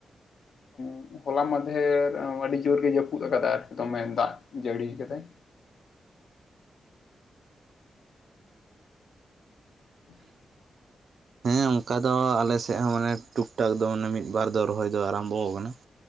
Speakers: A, on the left; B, on the right.
A: <inaudible> ᱦᱚᱞᱟ ᱢᱟᱫᱷᱮᱨ ᱟᱹᱰᱤ ᱡᱳᱨ ᱜᱤ ᱡᱟᱹᱯᱩᱫ ᱟᱠᱟᱫᱟ ᱟᱨᱠᱤ ᱫᱚᱢᱮ ᱫᱟᱜ ᱡᱟᱹᱲᱤ ᱠᱟᱫᱟᱭ ᱾ <inaudible>
B: ᱦᱮᱸ ᱩᱱᱠᱟ ᱫᱚ ᱟᱞᱮ ᱥᱮ ᱢᱟᱱᱮ ᱴᱩᱠ ᱴᱟᱠ ᱫᱚ ᱚᱱᱮ ᱢᱤᱫ ᱵᱟᱨ ᱫᱚ ᱨᱚᱦᱚᱭ ᱫᱚ ᱟᱨᱟᱢᱵᱷᱚ ᱠᱟᱱᱟ ᱾